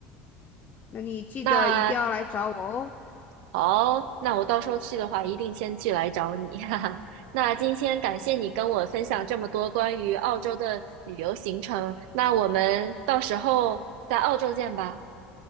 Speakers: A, on the left; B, on the right.
A: 那你记得一定要来找我哦。
B: 那好，那我到时候去的话，一定先去来找你，<laughs> 哈哈。那今天感谢你跟我分享这么多关于澳洲的旅游行程，那我们到时候在澳洲见吧。